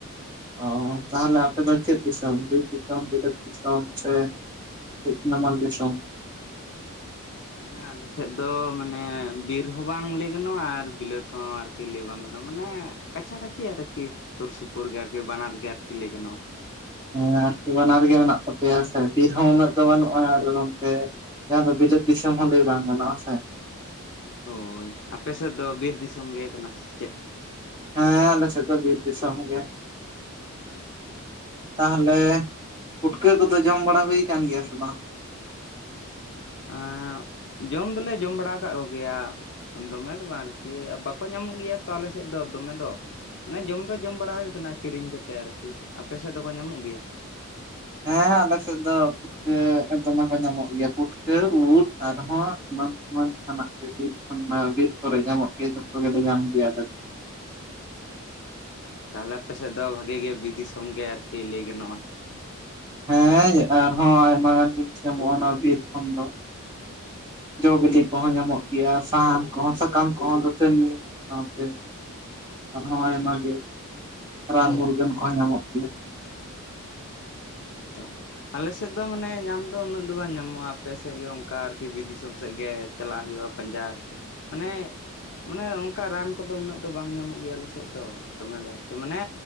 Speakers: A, on the right; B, on the left.
A: ᱚᱻ ᱛᱟᱦᱚᱞᱮ ᱟᱯᱮ ᱫᱚ ᱪᱮᱫ ᱫᱤᱥᱚᱢ ᱵᱤᱨ ᱫᱤᱥᱚᱢ, ᱵᱤᱞᱟᱹᱛ ᱫᱤᱥᱚᱢ ᱥᱮᱼᱼ ᱠᱟᱹᱡ ᱱᱟᱢᱟᱞ ᱫᱤᱥᱚᱢ᱾
B: ᱦᱮᱸ ᱟᱞᱮ ᱥᱮᱫ ᱫᱚ ᱢᱟᱱᱮ ᱵᱤᱨ ᱦᱚᱸ ᱵᱟᱝ ᱞᱟᱹᱭ ᱜᱟᱱᱚᱜ-ᱟ, ᱟᱨ ᱵᱤᱞᱟᱹᱛ ᱦᱚᱸ ᱟᱨᱠᱤᱼᱼ ᱠᱤ ᱞᱟᱹᱭ ᱵᱟᱝ ᱜᱟᱱᱚᱜᱼᱟ ᱢᱟᱱᱮ ᱠᱟᱪᱷᱟ ᱠᱟᱪᱷᱤ ᱟᱨᱠᱤ ᱥᱩᱨ ᱥᱩᱯᱩᱨ ᱜᱮ ᱟᱨᱠᱤ ᱵᱟᱱᱟᱨ ᱜᱮ ᱟᱨᱠᱤ ᱞᱟᱹᱭ ᱜᱟᱱᱚᱜ-ᱟ᱾
A: ᱦᱮᱸ ᱟᱨᱠᱤ ᱵᱟᱱᱟᱨ ᱜᱮ ᱢᱮᱱᱟᱜ ᱛᱟᱯᱮᱭᱟ ᱦᱮᱸ ᱥᱮ ᱵᱤᱨ ᱦᱚᱸ ᱩᱱᱟᱹᱜ ᱫᱚ ᱵᱟᱹᱱᱩᱜ-ᱟ, ᱟᱨ ᱱᱚᱱᱛᱮᱼᱼ ᱡᱟᱦᱟᱸ ᱫᱚ ᱵᱤᱞᱟᱹᱛ ᱫᱤᱥᱚᱢ ᱦᱚᱸ ᱞᱟᱹᱭ ᱵᱟᱝ ᱜᱟᱱᱚᱜ-ᱟ ᱦᱮᱸ ᱥᱮ?
B: ᱦᱳᱭ, ᱟᱯᱮ ᱥᱮᱫ ᱫᱚ ᱵᱤᱨ ᱫᱤᱥᱚᱢ ᱜᱮ ᱠᱟᱱᱟ ᱥᱮ ᱪᱮᱫ?
A: ᱦᱮᱸ ᱟᱞᱮ ᱥᱮᱫ ᱫᱚ ᱵᱤᱨ ᱫᱤᱥᱚᱢ ᱜᱮ᱾ ᱛᱟᱦᱚᱞᱮ ᱯᱩᱴᱠᱟᱹ ᱠᱚᱫᱚ ᱡᱚᱢ ᱵᱟᱲᱟ ᱦᱩᱭ ᱠᱟᱱᱟ ᱜᱮᱭᱟ ᱥᱮ ᱵᱟᱝ?
B: ᱟᱸ ᱡᱚᱢ ᱫᱚᱞᱮ ᱡᱚᱢ ᱵᱟᱲᱟ ᱠᱟᱫ ᱠᱚ ᱜᱮᱭᱟ᱾ ᱫᱚᱢᱮ ᱫᱚ ᱵᱟᱝ ᱟᱨᱠᱤ ᱵᱟᱠᱚ ᱧᱟᱢᱚᱜ ᱜᱮᱭᱟ ᱛᱚ ᱟᱞᱮ ᱥᱮᱫ ᱫᱚ ᱫᱚᱢᱮ ᱫᱚ᱾ ᱢᱟᱱᱮ ᱡᱚᱢ ᱫᱚ ᱡᱚᱢ ᱵᱟᱲᱟ ᱦᱩᱭ ᱠᱟᱱᱟ ᱠᱤᱨᱤᱧ ᱠᱟᱛᱮ ᱟᱨᱠᱤ, ᱟᱯᱮ ᱥᱮᱫ ᱫᱚᱠᱚ ᱧᱟᱢᱚᱜ ᱜᱮᱭᱟ?
A: ᱦᱮᱸ ᱟᱞᱮ ᱥᱮᱫ ᱫᱚ ᱯᱩᱴᱼᱼ ᱠᱟᱹ ᱫᱚᱢᱮ ᱠᱚ ᱧᱟᱢᱚᱜ ᱜᱮᱭᱟ ᱯᱩᱴᱠᱟᱹ ᱩᱫ ᱟᱨᱦᱚᱸ ᱮᱢᱟᱱ ᱮᱢᱟᱱ ᱛᱮᱱᱟᱜ ᱡᱟᱦᱟᱱᱟᱜ ᱜᱮ ᱠᱚᱼᱼ ᱚᱱᱟ ᱵᱤᱨ ᱠᱚᱨᱮ ᱧᱟᱢᱚᱜ ᱜᱮᱭᱟ ᱡᱚᱛᱚ ᱜᱮᱞᱮ ᱧᱟᱢ ᱜᱮᱭᱟ ᱟᱞᱮ ᱫᱚ᱾
B: ᱛᱟᱦᱚᱞᱮ ᱟᱯᱮ ᱥᱮᱫ ᱫᱚ ᱵᱷᱟᱜᱮ ᱜᱮ ᱵᱤ ᱫᱤᱥᱚᱝ ᱜᱮ ᱟᱨᱠᱤ ᱞᱟᱹᱭ ᱜᱟᱱᱚᱜ-ᱟ?
A: ᱦᱮᱸ ᱟᱨᱦᱚᱸ ᱟᱭᱢᱟ ᱡᱤᱱᱤᱥ ᱧᱟᱢᱚᱜ-ᱟ ᱚᱱᱟ ᱵᱤᱨ ᱠᱷᱚᱱ ᱫᱚ᱾ ᱡᱚ ᱵᱤᱞᱤ ᱠᱚᱦᱚᱸ ᱧᱟᱢᱚᱜ ᱜᱮᱭᱟ ᱥᱟᱦᱟᱱ ᱠᱚᱦᱚᱸ, ᱥᱟᱠᱟᱢ ᱠᱚᱦᱚᱸ, ᱫᱟᱹᱛᱟᱹᱱᱤ, ᱼᱼ ᱥᱟᱸᱣᱛᱮ ᱟᱨᱦᱚᱸ ᱟᱭᱢᱟ ᱜᱮ ᱨᱟᱱ ᱢᱩᱨᱜᱟᱹᱱ ᱠᱚ ᱦᱚᱸ ᱧᱟᱢᱚᱜ ᱜᱮᱭᱟᱼᱼ
B: ᱦᱮᱸᱛᱚ ᱟᱞᱮ ᱥᱮᱫ ᱫᱚ ᱢᱟᱱᱮ ᱧᱟᱢ ᱫᱚ ᱩᱱᱟᱹᱜ ᱫᱚ ᱵᱟᱝ ᱧᱟᱢᱚᱜ-ᱟ ᱟᱯᱮ ᱥᱮᱫ ᱜᱮ ᱚᱱᱠᱟ ᱟᱨᱠᱤ ᱵᱤᱨ ᱫᱤᱥᱚᱢ ᱥᱮᱫ ᱜᱮᱼᱼ ᱪᱟᱞᱟᱜ ᱦᱩᱭᱩᱜ-ᱟ ᱯᱟᱸᱡᱟᱡ ᱢᱟᱱᱮᱼᱼ ᱢᱟᱱᱮ ᱚᱱᱠᱟ ᱨᱟᱱ ᱠᱚᱫᱚ ᱩᱱᱟᱹᱜ ᱫᱚ ᱵᱟᱝ ᱧᱟᱢᱚᱜ ᱜᱮᱭᱟ ᱟᱞᱮ ᱥᱮᱫ ᱫᱚ᱾ ᱫᱚᱢᱮ ᱫᱚ ᱟᱨᱠᱤ ᱢᱟᱱᱮ